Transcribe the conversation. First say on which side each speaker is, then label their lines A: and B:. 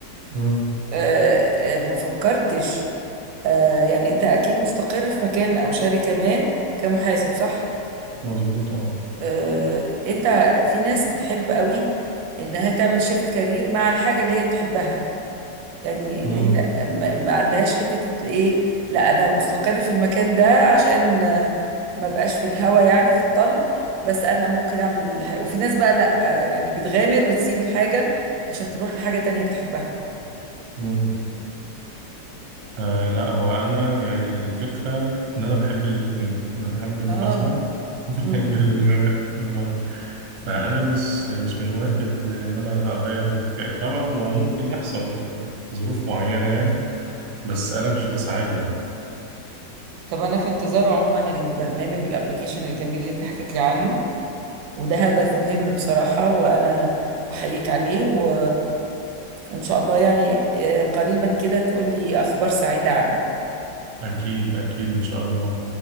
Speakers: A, on the right (about 60°); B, on the right (about 85°).
A: مم،
B: آه، آه، ما فكرتش آه، يعني انت اكيد مستقر في مكان او شركه ما كمحاسب صح
A: مظبوط اه
B: آه، انت في ناس بتحب قوي انها تعمل شيفت كارير مع الحاجه اللي هي بتحبها يعني
A: مم،
B: ان هي ما ما عندهاش حته الايه لا انا مستقر في المكان ده عشان آه، ما بقاش في الهوا يعني في الطل بس انا ممكن اعمل ح- وفي ناس بقى لا آه، يعني بتغامر وتسيب الحاجه عشان تروح لحاجه تانية بتحبها
A: مم. آه لا هو أنا يعني الفكرة إن أنا بحب الاتنين أنا بحب المحاسبة
B: اه
A: <laughs> وبحب
B: مم.
A: البرمجة فانا مش مش من هواة ال- ان انا اغير الكائن طبعا هو ممكن يحصل في في ظروف معينه يعني بس انا مش بسعى له يعني
B: طب انا في انتظار عموما البرنامج والابليكيشن الجميل اللي انت حكيت لي عنه وده هدف مهم بصراحه وانا احييك عليه و... وان شاء الله يعني آه، قريبا كده تقول لي اخبار سعيده عنه
A: اكيد اكيد ان شاء الله